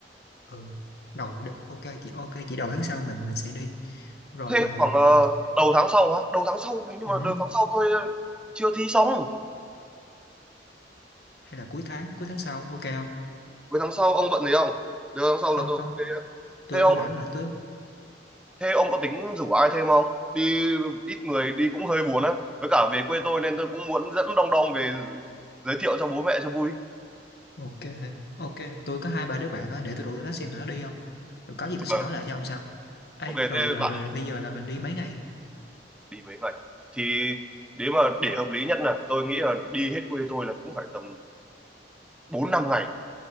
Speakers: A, on the left (about 65°); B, in the centre.
A: ừ đầu đ- ok chị ok chị đầu tháng sau mình mình sẽ đi rồi
B: thế
A: là
B: khoảng
A: mình
B: ờ, đầu tháng sau á đầu tháng sau nhưng
A: ừ,
B: mà đầu tháng sau tôi ờ, chưa thi xong
A: hay là cuối tháng cuối tháng sau ok không
B: cuối tháng sau ông bận gì không đầu tháng sau
A: không
B: là tôi
A: không
B: về
A: tôi
B: thế ông
A: tôi rảnh mà tôi
B: thế ông có tính rủ ai thêm không đi ít người đi cũng hơi buồn á với cả về quê tôi nên tôi cũng muốn dẫn đong đong về giới thiệu cho bố mẹ cho vui
A: ok ok tôi có hai ba đứa bạn á để tôi rủ tụi nó xem tụi nó đi không rồi có gì tôi
B: Ờ,
A: sẽ nói lại cho ông sau ấy
B: ok thế
A: rồi, rồi
B: bạn
A: rồi bây giờ là mình đi mấy ngày
B: đi mấy ngày à? thì nếu mà để hợp lý nhất là tôi nghĩ là đi hết quê tôi là cũng phải tầm 4 5 ngày